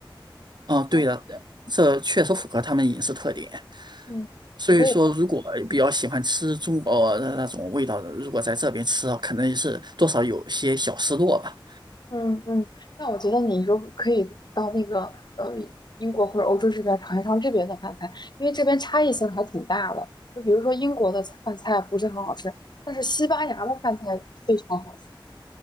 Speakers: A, on the right; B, on the left.
A: 嗯，
B: 嗯
A: 对的，这确实符合他们饮食特点。
B: 嗯，
A: 所以说，
B: 所以
A: 如果比较喜欢吃中国的那种味道的，如果在这边吃啊，可能是多少有些小失落吧。
B: 嗯嗯，那我觉得你如果可以到那个呃英国或者欧洲这边儿尝一尝这边的饭菜，因为这边差异性还挺大的。就比如说英国的菜饭菜不是很好吃，但是西班牙的饭菜非常好吃。